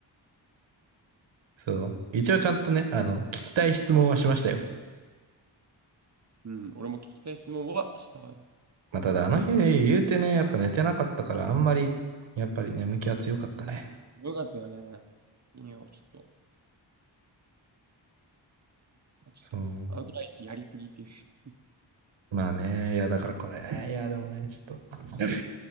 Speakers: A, on the right; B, on the right.
A: そう。一応ちゃんとね、あの、聞きたい質問はしましたよ。
B: うん、俺も聞きたい質問はしたわよ。
A: まあ、ただ、あの日言うてね、やっぱ寝てなかったから、あんまり、やっぱり眠気は強かったね。
B: よかったよね。いや、ちょっと、あちょっと、
A: そう。
B: アウトラインやりすぎっていう。
A: まあね、いや、だからこれ、いや、でもね、ちょっと。